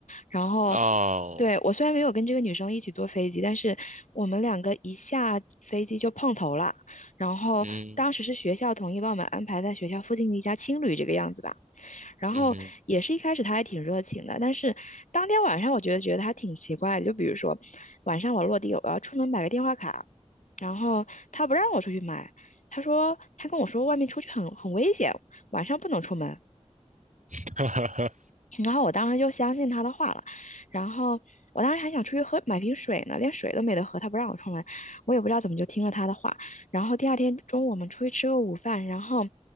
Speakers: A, on the left; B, on the right.
A: 然后
B: 哦，
A: 对我虽然没有跟这个女生一起坐飞机，但是我们两个一下飞机就碰头了，然后当时是学校统一帮我们安排在学校附近的一家青旅这个样子吧，
B: 嗯
A: 然后也是一开始他还挺热情的，
B: 嗯，
A: 但是当天晚上我觉得觉得他挺奇怪的，就比如说晚上我落地了我要出门买个电话卡，然后他不让我出去买，他说他跟我说外面出去很很危险，晚上不能出门。
B: <laughs> 哈哈，
A: 然后我当时就相信他的话了，然后我当时还想出去喝买瓶水呢，连水都没得喝，他不让我出门，我也不知道怎么就听了他的话。然后第二天中午我们出去吃个午饭，然后